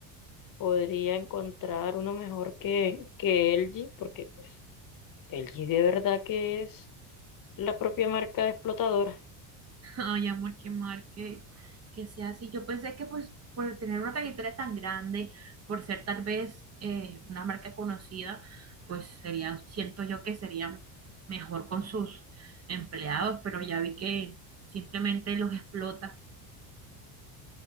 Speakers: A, on the left (about 45°); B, on the right (about 30°).
A: podría encontrar uno mejor que, que LG, porque pues LG de verdad que es la propia marca explotadora.
B: <laughs> Ay, amor, qué mal que, que sea así. Yo pensé que pues por tener una trayectoria tan grande, por ser tal vez eh, una marca conocida, pues sería, siento yo que sería mejor con sus empleados, pero ya vi que simplemente los explota.